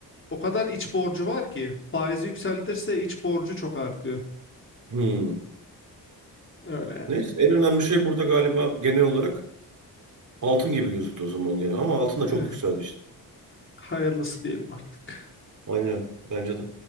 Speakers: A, on the left; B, on the right.
A: o kadar iç borcu var ki faizi yükseltirse iç borcu çok artıyor.
B: Hmm.
A: Öyle.
B: Neyse en önemli şey burada galiba genel olarak altın gibi gözüktü o zaman gene. Ama altın da çok
A: yani. Eh,
B: yükseldi işte.
A: hayırlısı diyelim artık.
B: Aynen bence de.